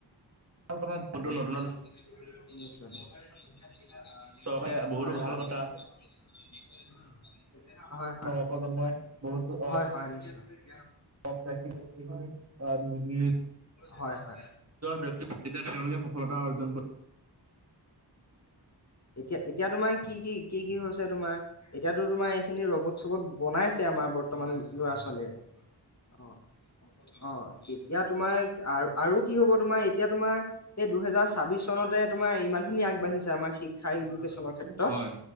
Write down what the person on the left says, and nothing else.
হয়-হয়-হয়-হয়-হয়-হয়,
নিশ্চয়। নি <unintelligible>
হয় হয়
এতিয়া এতিয়া তোমাৰ কি-কি কি-কি হৈছে তোমাৰ এতিয়াতো তোমাৰ এইখিনি ৰবত চবত বনাইছে আমাৰ বৰ্তমান ল'ৰা ছোৱালীয়ে অ অ এতিয়া তোমাৰ আ আৰু কি হ'ব তোমাৰ এতিয়া তোমাৰ এই দুহেজাৰ ছাব্বিশ চনতে তোমাৰ ইমান খিনি আগবাঢ়ি আমাৰ শিক্ষা ইদোকেচণৰ ক্ষেত্ৰত